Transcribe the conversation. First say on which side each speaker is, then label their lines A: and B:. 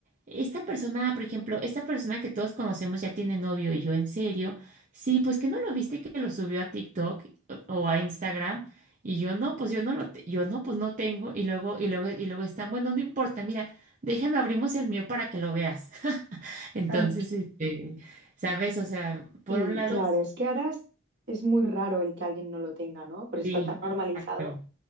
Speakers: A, on the right (about 40°); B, on the right (about 60°).
A: esta persona, por ejemplo, esta persona que todos conocemos ya tiene novio y yo en serio, sí, pues que no lo viste que lo subió a TikTok o o a Instagram. Y yo no, pues yo no lo, te- yo no, pues no tengo. Y luego, y luego, y luego están, bueno, no importa, mira, déjame abrimos el mío para que lo veas. <laughs> Entonces,
B: Ah,
A: este, ¿sabes? O sea, por
B: Sí,
A: un lado,
B: claro, es que ahora es, es muy raro el que alguien no lo tenga, ¿no? Porque está
A: sí,
B: tan normalizado
A: exacto.